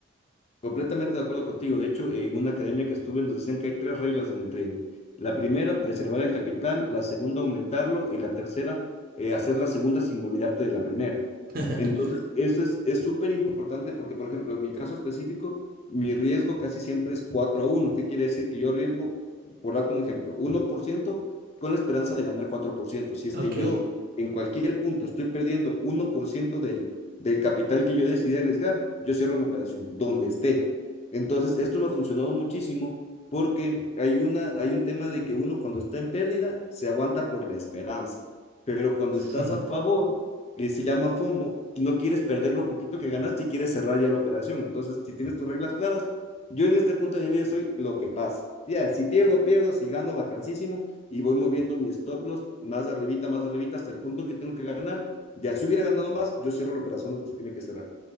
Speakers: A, on the left; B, on the right.
A: Completamente de acuerdo contigo. De hecho, en una academia que estuve nos decían que hay tres reglas en el trading. La primera, preservar el capital, la segunda, aumentarlo y la tercera, eh, hacer la segunda sin olvidarte de la primera.
B: <laughs>
A: Entonces, eso es es súper importante porque, por ejemplo, en mi caso específico, mi riesgo casi siempre es cuatro a uno ¿Qué quiere decir? Que yo riesgo, por darte un ejemplo, uno por ciento con la esperanza de ganar cuatro por ciento Si es
B: Ok,
A: que yo en cualquier punto estoy perdiendo uno por ciento del del capital que yo decidí arriesgar, yo cierro mi operación, donde esté. Entonces, esto me ha funcionado muchísimo porque hay, una, hay un tema de que uno cuando está en pérdida se aguanta por la esperanza, pero cuando
B: sí.
A: estás a favor, eh, se llama FOMO, no quieres perder lo poquito que ganaste y quieres cerrar ya la operación. Entonces, si tienes tus reglas claras, yo en este punto de mi vida soy lo que pasa. Ya, si pierdo, pierdo, si gano, vacancísimo, y voy moviendo mis stop loss más arribita, más arribita, hasta el punto en que tengo que ganar, ya si hubiera ganado más, yo cierro la operación donde se tiene que cerrar.